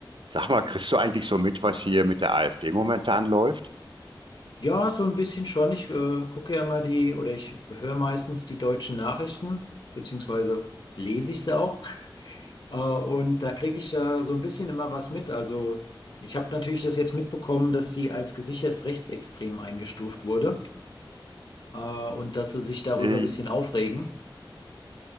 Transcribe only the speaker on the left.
Ja, so ein bisschen schon. Ich äh, gucke ja mal die oder ich höre meistens die deutschen Nachrichten, beziehungsweise lese ich sie auch. Äh, und da kriege ich ja so ein bisschen immer was mit. Also ich habe natürlich das jetzt mitbekommen, dass sie als gesichert rechtsextrem eingestuft wurde äh, und dass sie sich darüber
ein bisschen aufregen.